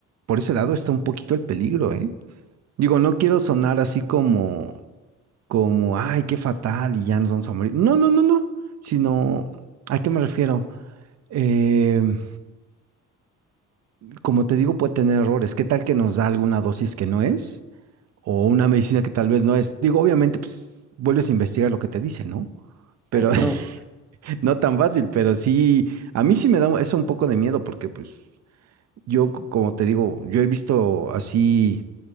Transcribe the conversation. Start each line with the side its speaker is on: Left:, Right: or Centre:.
Right: por ese lado está un poquito el peligro, ¿eh? Digo, no quiero sonar
Centre: Sí,
Right: así como, como, ay, qué fatal y ya nos vamos a morir. No, no, no, no. Sino, ¿a qué me refiero? Eh, como te digo, puede tener errores. ¿Qué tal que nos da alguna dosis que no es? O una medicina que tal vez no es. Digo, obviamente, pues, vuelves a investigar lo que te dice, ¿no?
Centre: claro,
Right: Pero <laughs>
Centre: no.
Right: no tan fácil,
Centre: ok,
Right: pero sí, a mí sí me da eso un poco de miedo porque, pues. Yo, c- como te digo, yo he visto así